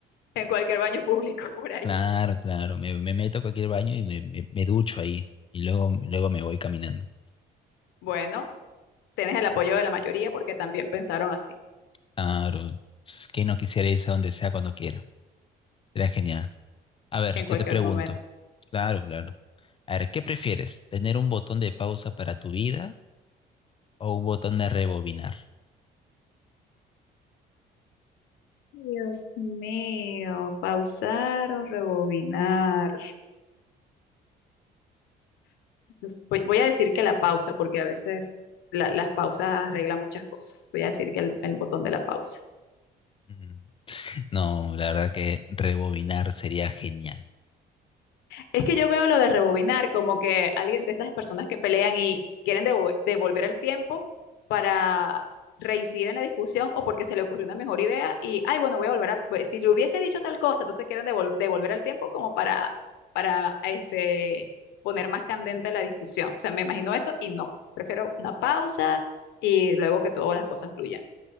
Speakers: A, on the left; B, on the left.
A: en cualquier baño público por ahí?
B: Claro, claro, me, me meto a cualquier baño y me, me, me ducho ahí y luego, luego me voy caminando.
A: Bueno, tienes el apoyo de la mayoría porque también pensaron así,
B: Claro, es que no quisiera irse a donde sea cuando quiera. Sería genial. A ver,
A: en cualquier
B: yo te pregunto.
A: momento.
B: Claro, claro. A ver, ¿qué prefieres? ¿Tener un botón de pausa para tu vida o un botón de rebobinar?
A: Dios mío, pausar o rebobinar. Entonces, voy, voy a decir que la pausa, porque a veces la- las pausas arreglan muchas cosas. Voy a decir que el, el botón de la pausa.
B: Mm, <laughs> No, la verdad que rebobinar sería genial.
A: Es que yo veo lo de rebobinar como que alguien de esas personas que pelean y quieren devo- devolver el tiempo para reincidir en la discusión o porque se le ocurrió una mejor idea y, ay, bueno, voy a volver a, pues, si le hubiese dicho tal cosa, entonces quieren devol- devolver el tiempo como para, para, este, poner más candente la discusión. O sea, me imagino eso y no. Prefiero una pausa y luego que todas las cosas fluyan.